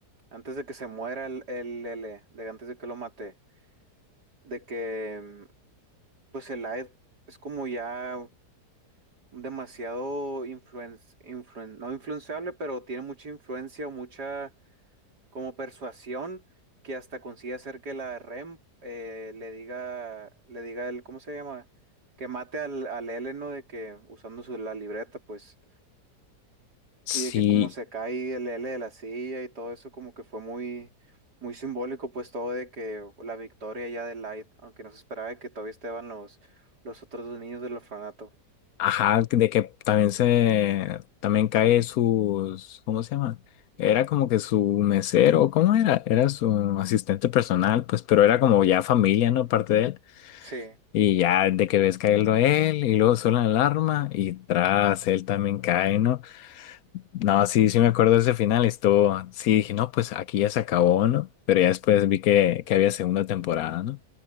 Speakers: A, on the right (about 75°); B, on the left (about 65°).
A: antes de que se muera el, el L, de antes de que lo mate, de que, mm, pues el Aed es como ya demasiado influen, influen- no influenciable, pero tiene mucha influencia, mucha como persuasión que hasta consigue hacer que la REM eh, le diga, le diga el, ¿cómo se llama? Que mate al, al L, ¿no? De que usando su, la libreta, pues.
B: Sí,
A: Y de que como se cae el L de la silla y todo eso como que fue muy, muy simbólico, pues todo de que la victoria ya de Light, aunque no se esperaba de que todavía estaban los, los otros dos niños del orfanato.
B: ajá, de que también se, también cae sus, ¿cómo se llama? Era como que su mesero, ¿cómo era? Era su asistente personal, pues, pero era como ya familia, ¿no? Parte de él.
A: Sí,
B: Y ya de que ves caerlo él, y luego suena la alarma, y tras él también cae, ¿no? No, sí, sí me acuerdo de ese final, estuvo, sí dije, no, pues aquí ya se acabó, ¿no? Pero ya después vi que, que había segunda temporada, ¿no?